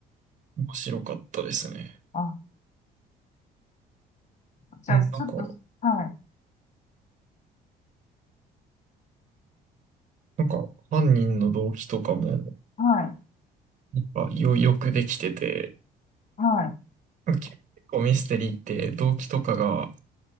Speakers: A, on the right; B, on the left.
A: 面白かったですね。
B: あ、じゃあ、
A: うん、
B: ちょっと、
A: なんか、
B: はい、
A: なんか、犯人の動機とかも、や
B: はい、
A: っぱよ、よくできてて、
B: はい、
A: なんか結構ミステリーって動機とかが、